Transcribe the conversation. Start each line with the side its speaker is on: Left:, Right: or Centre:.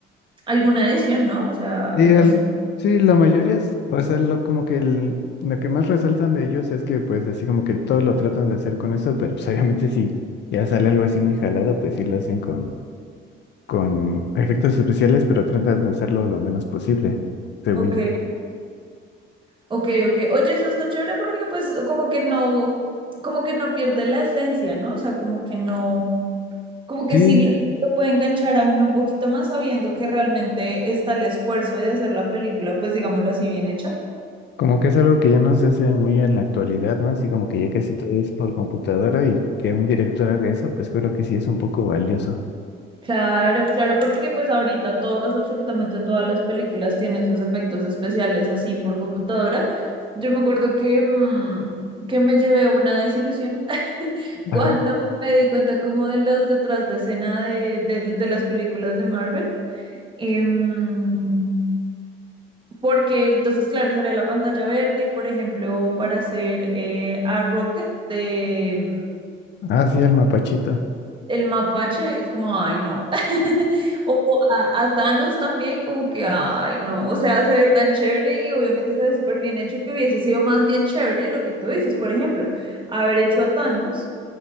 Right: alguna adición, ¿no? O sea,
Left: Y
Right: no
Left: al,
Right: sé.
Left: sí, la mayoría es, o sea, lo, como que el- lo que más resaltan de ellos es que pues así como que todos lo tratan de hacer con eso, pero pues obviamente si ya sale algo así muy jalado, pues sí lo hacen con, con efectos especiales, pero tratan de hacerlo lo menos posible, según
Right: Ok,
Left: yo.
Right: ok, ok. Oye, eso está chévere porque pues como que no, como que no pierde la esencia, ¿no? O sea, como que no, como que
Left: Sí,
Right: sí lo lo puede enganchar a uno un poquito más sabiendo que realmente está el esfuerzo de hacer la película, pues digámoslo así, bien hecha.
Left: como que es algo que ya no se hace muy en la actualidad, ¿no? Así como que ya casi todo es por computadora y que un director haga eso, pues creo que sí es un poco valioso.
Right: Claro, claro, porque pues ahorita todas, absolutamente todas las películas tienen sus efectos especiales así por computadora. Yo me acuerdo que, mm, que me llevé una desilusión <laughs> cuando
Left: Ajá.
Right: me di cuenta como de los detrás de escena de, de, de las películas de Marvel. Em, porque entonces, claro, salía la pantalla verde y, por ejemplo, para hacer eh, a Rocket de,
Left: Ah, sí, al mapachito.
Right: el mapache es como, ay, no. <laughs> O a, a Thanos también, como que, ay, no. O sea, se ve tan chévere y obviamente se ve súper bien hecho que hubiese sido más bien chévere lo que tú dices, por ejemplo, haber hecho a Thanos